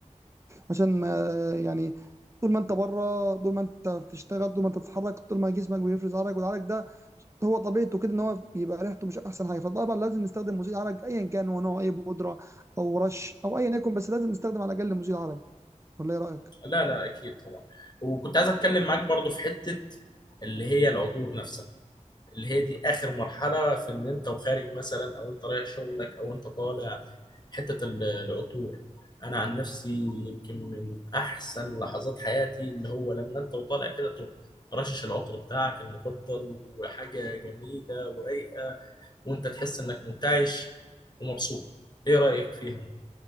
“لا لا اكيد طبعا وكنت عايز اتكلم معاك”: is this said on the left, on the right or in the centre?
Left